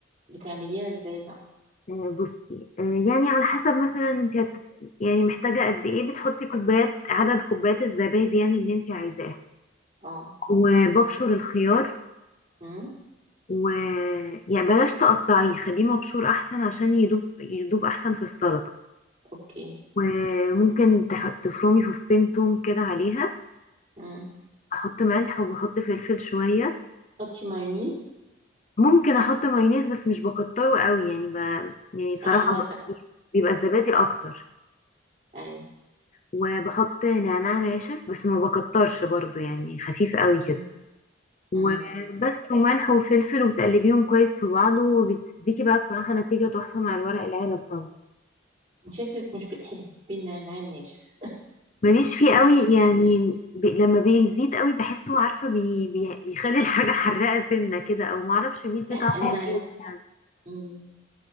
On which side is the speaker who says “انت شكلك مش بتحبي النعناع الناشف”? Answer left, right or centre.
Right